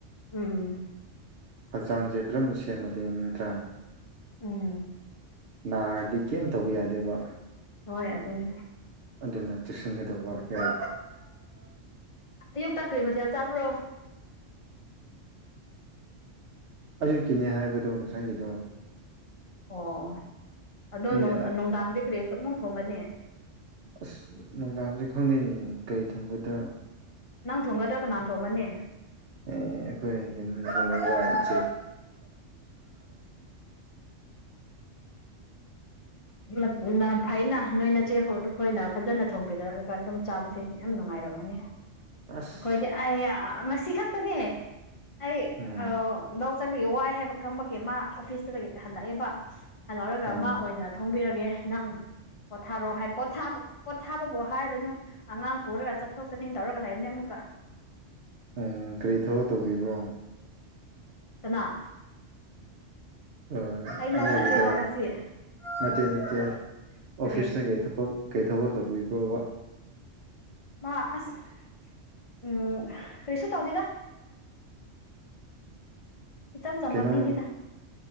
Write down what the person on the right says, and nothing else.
ꯍꯛꯆꯥꯡꯁꯦ ꯐꯖꯅ ꯁꯦꯝꯃꯗꯤ ꯅꯠꯇ꯭ꯔꯥ
ꯅꯥꯔꯗꯤ ꯀꯦꯝ ꯇꯧꯕ ꯌꯥꯗꯦꯕ
ꯑꯗꯨꯅ ꯆꯦꯛꯁꯤꯟꯒꯗꯧꯕ ꯍꯦꯛꯔ
ꯑꯌꯨꯛꯀꯤꯅꯦ ꯍꯥꯏꯕꯗꯣ ꯉꯁꯥꯏꯒꯤꯗꯣ
ꯅꯦ
ꯑꯁ ꯅꯨꯡꯗꯥꯡꯁꯦ ꯈꯪꯗꯣꯏꯅꯦ ꯀꯩ ꯊꯣꯡꯒꯗ꯭ꯔꯥ
ꯑꯦ ꯑꯩꯣꯏ ꯀ
ꯑꯁ
ꯎꯝ
ꯎꯝ
ꯎ ꯀꯔꯤ ꯊꯕꯛ ꯇꯧꯕꯤꯕ꯭ꯔꯣ
ꯎꯝ
ꯅꯒꯤꯗ
ꯅꯠꯇꯦ ꯅꯠꯇꯦ
ꯑꯣꯐꯤꯁꯇ ꯀꯩ ꯊ ꯀꯩ ꯊꯕꯛꯧꯕ ꯔꯣꯕ
ꯀꯅꯃꯗꯤ